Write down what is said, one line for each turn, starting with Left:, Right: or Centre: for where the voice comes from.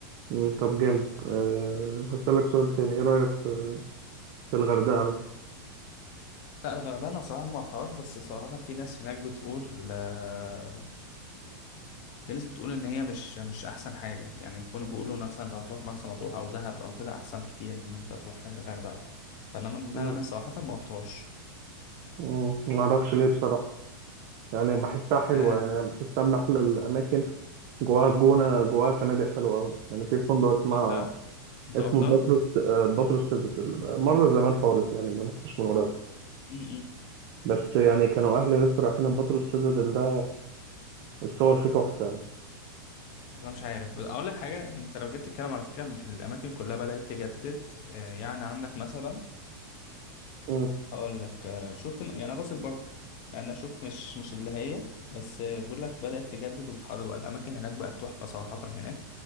Right: مم. طب جامد أه هسألك سؤال تاني إيه رأيك في في الغردقة مثلا؟
Left: لا الغردقه انا صراحه ما رحتهاش بس صراحه في ناس هناك بتقول آه، في ناس بتقول ان هي مش مش احسن حاجه يعني كنا بيقولوا مثلا لو هتروح مرسى مطروح او دهب او كده احسن كتير من ان انت تروح الغردقه فانما انما
Right: مم.
Left: انا صراحه ما رحتهاش
Right: مم. معرفش ليه بصراحة يعني بحسها حلوة
Left: آه،
Right: يعني بحسها من أحلى الأماكن جواها الجونة جواها فنادق حلوة أوي يعني في فندق اسمه
Left: انت انت
Right: اسمه
Left: رحتها
Right: الباتروس آه، باتروس سيتادل مرة زمان خالص يعني ما رحتش من قريب
Left: امم
Right: بس يعني كانوا أهلي لسه رايحين الباتروس سيتادل ده الصور فيه تحفة
Left: والله مش عارف بس اقول لك حاجه يعني انت لو جيت تتكلم على فكره الاماكن كلها بدات تجدد آه، يعني عندك مثلا
Right: مم.
Left: هقول لك آه، شفت م- يعني راس البر انا اشوف مش مش اللي هي بس آه، بقول لك بدات تجدد وبتحضر الاماكن هناك بقت تحفه صراحه هناك